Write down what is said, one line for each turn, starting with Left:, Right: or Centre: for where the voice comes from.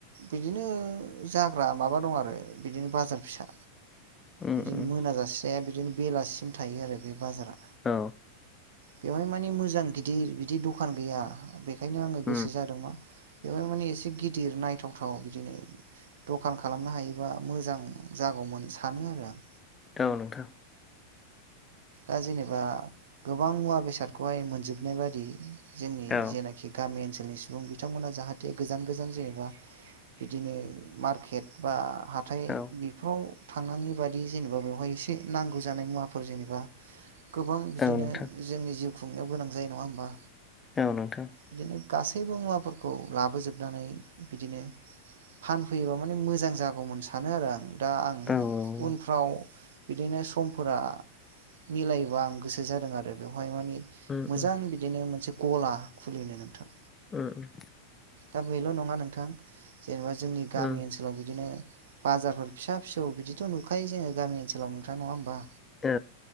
Right: बिदिनो जाग्रा माबा दं आरो बिदिनो बाजार फिसा
Left: उम
Right: बिदिनो
Left: उम
Right: मोनाजासे जाया बिदिनो बेलासिसिम थायो आरो बे बाजारा।
Left: औ।
Right: बेवहाय माने मोजां गिदिर बिदि दखान गैया बेखायनो आंङो
Left: उम
Right: गोसो जादों मा। बेफोर माने एसे गिदिर नायथावथाव बिदिनो। दखान खालामनो हायोबा मोजां जागौमोन सानो आरो आं।
Left: औ नोंथां।
Right: दा जेनेबा गोबां मुवा बेसादखौहाय मोनजोबनाय बादि। जोंनि
Left: औ
Right: जेनाखि गामि ओनसोल। ओनसोलनि सुबुं बिथांमोना जाहाथे गोजान गोजान जेनेबा बिदिनो मारकेट बा। हाथाय
Left: औ
Right: बिफोराव थांनांङि बादि जेनेबा बेवहाय इसे नांगौ जानाय मुवाफोर जेनेबा। गोबां बिदिनो
Left: औ नोंथां
Right: जोंनि जिउ खुंनायाव गोनां जायो नङा होमबा।
Left: औ नोंथां।
Right: बिदिनो गासैबो मुवाफोरखौ लाबोजोबनानै बिदिनो। फानफैयोबा माने मोजां जागौमोन सानो आरो आं। दा आं
Left: औ
Right: उनफ्राव
Left: औ
Right: बिदिनो समफोरा। मिलायोबा आं गोसो जादों आरो बेवहाय मानि
Left: उम
Right: मोजां
Left: उम
Right: बिदिनो मोनसे। गला खुलिनो नोंथां।
Left: उम उम।
Right: दा बेल' नङा नोंथां जेनेबा जोंनि गामि
Left: उम
Right: ओनसोलाव बिदिनो। बाजारफोर फिसा फिसौ बिदिथ' नुखायो जोङो गामि ओनसोलाव नोंथां नङा होमबा।
Left: औ।